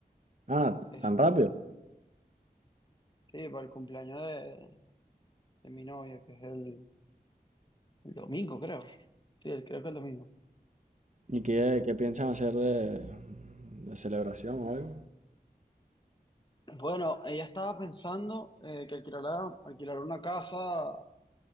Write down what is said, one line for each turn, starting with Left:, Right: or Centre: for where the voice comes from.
Right: Ah,
Left: este,
Right: tan rápido.
Left: sí, para el cumpleaños de, de mi novia, que es el, el domingo, creo. Sí, el- creo que el domingo.
Right: ¿Y qué, qué piensan hacer de, de celebración o algo?
Left: Bueno, ella estaba pensando eh, que alquilara, alquilar una casa